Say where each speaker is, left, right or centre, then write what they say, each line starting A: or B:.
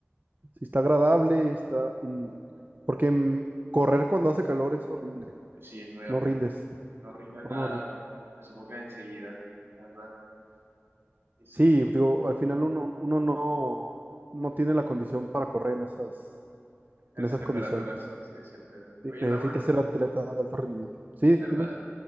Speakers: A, on the right; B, on the right.
A: si está agradable, está, in- porque mm, correr cuando hace calor es horrible,
B: Sí, es muy horrible.
A: no rindes,
B: No rindes
A: no,
B: nada,
A: no rindes.
B: te sofocas enseguida, la verdad. Sí, sí.
A: Sí, digo, al final uno, uno no, no tiene la condición para correr en esas,
B: En
A: en
B: esas
A: esas
B: temperaturas,
A: condiciones.
B: sí, es cierto eso.
A: Sí,
B: Oye,
A: Necesita
B: Raúl,
A: ser atleta de alto rendimiento. Sí,
B: verdad.
A: dime.